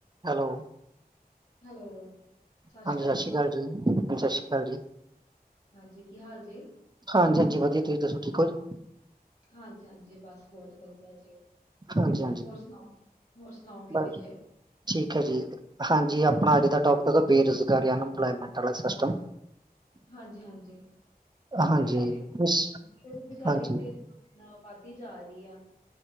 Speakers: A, on the right; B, on the left.
A: Hello.
B: Hello. ਸਤਿ ਸ਼੍ਰੀ
A: ਹਾਂਜੀ,
B: ਅਕਾਲ
A: ਸਸ਼੍ਰੀ ਕਾਲ ਜੀ, ਸਸ਼੍ਰੀ ਕਾਲ ਜੀ।
B: ਹਾਂਜੀ, ਕੀ ਹਾਲ ਜੇ?
A: ਹਾਂਜੀ, ਹਾਂਜੀ ਵਦੀਆ, ਤੂਸੀ ਦੱਸੋ ਠੀਕ ਓ ਜੀ?
B: ਹਾਂਜੀ, ਹਾਂਜੀ ਬਾੱਸ ਬੋਤ ਵਦੀਆ ਜੀ।
A: ਹਾਂਜੀ ਹਾਂਜੀ
B: ਹੋਰ ਸੁਨਾਓ, ਹੋਰ ਸੁਨਾਓ ਕਿਵੇਂ
A: ਬਸ
B: ਜੇ?
A: ਠੀਕ ਹੈ ਜੀ। ਹਾਂਜੀ, ਆਪਣਾ ਆੱਜ ਦਾ ਟੋਪਿਕ ਬੇਰੁਜ਼ਗਾਰੀ, ਅਨਇੰਪਲਇਮੈਂਟ ਆਲਾ ਸਿਸਟਮ।
B: ਹਾਂਜੀ, ਹਾਂਜੀ
A: ਹਾਂਜੀ
B: ਏ
A: ਉਸ
B: ਬਰੁਜਗਾਰੀ
A: ਹਾਂਜੀ
B: ਤੇ ਨਾ ਵਾੱਦੀ ਜਾ ਰੀ ਆ।